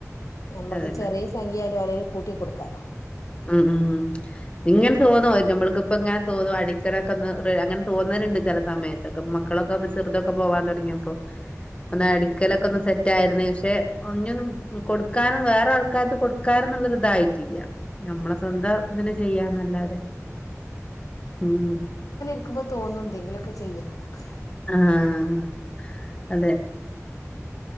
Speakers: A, on the left; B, on the left.
A: നമ്മളത്
B: അതന്നെ
A: ചെറിയ സംഖ്യായാലും ആരേ <unintelligible> ലും കൂട്ടി കൊടുക്കാലോ
B: ഉം ഉം ഇങ്ങനെ തോന്നുവോ നമ്മൾക്കിപ്പോ ഇങ്ങനെ തോന്നും അടിക്കലൊക്കെ ഒന്ന് നമ്മൾക്കിപ്പം ഇങ്ങനെ അടിക്കണൊക്കെ ഒന്ന് അങ്ങനെ തോന്നലിണ്ട് ചെല സമയത്ത്- മക്കളൊക്കെ അപ്പൊ ചെറുതൊക്കെ പോവാൻ തൊടങ്ങിയപ്പോ ഒന്ന്
A: ഉം
B: അടുക്കലൊ ഒക്കെ ഒന്ന് സെറ്റ് ആയിരുന്നേ പക്ഷെ ഇനിയൊന്നും കൊടുക്കാനും വേറെ ആൾക്കാർക്ക് കൊടുക്കാനന്നുള്ളരിതായിട്ടില്ല നമ്മളെ സ്വന്തം
A: ഉം
B: ഇതിന് ചെയ്യാന്നല്ലാതെ ഉം
A: നികുമ്പ തോന്നും എന്തെങ്കിലൊക്കെ ചെയ്യണം എന്നൊക്കെ
B: ആഹ് അതെ